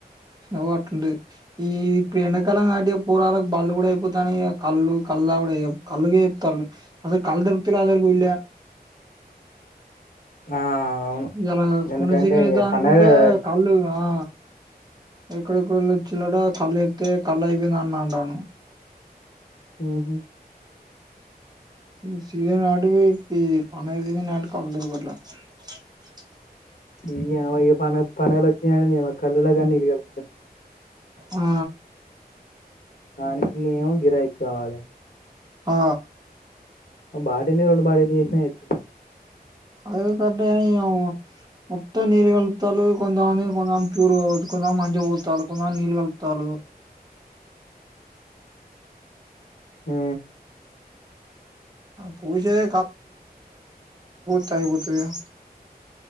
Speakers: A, on the right; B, on the left.
A: అగో అట్లా ఉంటది. ఈ ఇప్పుడు ఎండాకాలం కాబట్టి పొరగాల్లాకు బడ్లు కూడా అయిపోతానాయి. కదా కళ్లు కళ్లు ఇగా కళ్లు కే చెప్తాళ్ళు, అస్సల్ దొరకుతలే ఊర్లా
B: ఆ అవును
A: ఇయాల
B: ఎందుకంటే
A: కొని చికెన్ తేద్దాం
B: ఇక పండగ
A: అనుకుంటే
B: కదా
A: కళ్లు ఆ ఎక్కడెక్కడొల్లో వచ్చిలాట కళ్ళు చెప్తే కళ్ళయిపోందన్న అంటను
B: ఉహు
A: ఇ సీసన్ కావటి ఇ పి పనేదిగిందంటే కళ్ళు దొరకట్లే <unintelligible>
B: నియవ్వ ఎపన్న పండగలు వచ్చినాయి అంటే నియవ్వ కల్లుల గని నీళ్లు కలు
A: ఆ
B: దానికి ఏమో గిరాకి కావాలే
A: ఆ
B: ఓ బాటిల్ ని రెండు బాటిల్ చేసినా చే
A: అవి పెద్దయనీ నియవ్వ మొత్తం నీళ్ళు కల్పుతల్లు కొంతమంది కొంచం ప్యూర్ కావచ్చు కొంతమంది మంచిగా పొత్తాళ్లు కొంతమంది నీళ్ళు కలుపుతల్లు
B: హు
A: పూసేదే తే అయిపోతాది గా